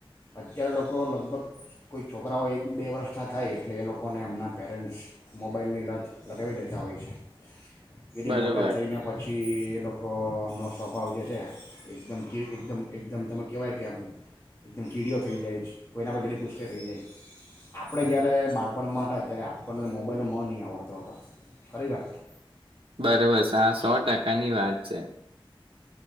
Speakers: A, on the left; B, on the right.
A: અત્યારે લોકો લગભગ કોઈ છોકરાઓ એક બે વર્ષના થાય એટલે એ લોકોને એમના પેરેન્ટ્સ મોબાઈલની લત લગાવી દેતા હોય છે. એ મોટ
B: બરોબર.
A: મોટા થઈને પછી એ લોકોનો સ્વભાવ જે છે એકદમ કે એકદમ એકદમ તમે કહેવાય કે આમ એકદમ કીડીઓ થઈ જાય છે કોઈના પર જલ્દી ગુસ્સે થઈ જાય. આપણે જ્યારે બાળપણમાં હતા ત્યારે આપ આપણને મોબાઈલનો મ ની આવડતો હતો ખરી વાત છે.
B: બરાબર સે આ સો ટકાની વાત છે.